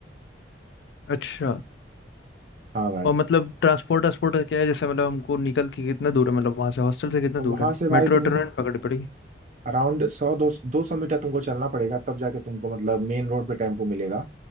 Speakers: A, on the left (about 65°); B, on the right (about 40°).
A: अच्छा
B: हाँ भाई
A: और मतलब ट्रांसपोर्ट ट्रांसपोर्ट का क्या है जैसे मतलब हमको निकल के कितना दूर है मतलब वहां से हॉस्टल से कितना
B: अब वहां
A: दूर है
B: से
A: मेट्रो
B: भाई तुमको
A: ट्रेन पकड़ पड़ी
B: अराउंड सौ दो दो सौ मीटर तुमको चलना पड़ेगा तब जाके तुमको मतलब मेन रोड पे टेम्पो मिलेगा